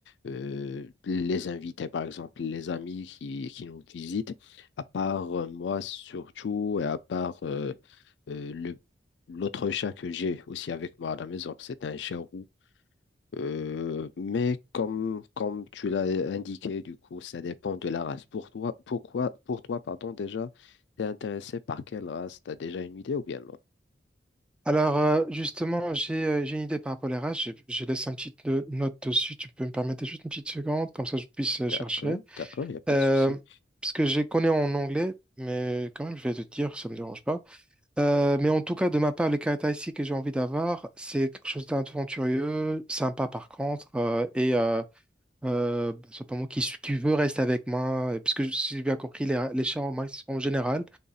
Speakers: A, on the left; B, in the centre.
A: euh, les invités, par exemple, les amis qui, qui nous visitent. À part euh, moi surtout, et à part euh, euh, le L'autre chat que j'ai aussi avec moi à la maison, c'est un chat roux euh, mais comme, comme tu l'as indiqué, du coup, ça dépend de la race. Pour toi, pourquoi, pour toi, pardon, déjà, t'es intéressé par quelle race? T'as déjà une idée ou bien non?
B: Alors, euh, justement, j'ai euh, j'ai une idée par rapport à la race. Je, je laisse une petite euh, note dessus. Tu peux me permettre juste une petite seconde, comme ça je puisse euh,
A: D'accord,
B: chercher.
A: d'accord, il n'y a pas
B: Euh,
A: de souci.
B: parce que je les connais en anglais, mais quand même, je vais te dire, ça ne me dérange pas. Euh, mais en tout cas, de ma part, les caractéristiques que j'ai envie d'avoir, c'est quelque chose d'aventurieux, sympa par contre, euh, et euh, euh, simplement qui, qui veut rester avec moi, euh, puisque si j'ai bien compris, les, les chats en, max- en général,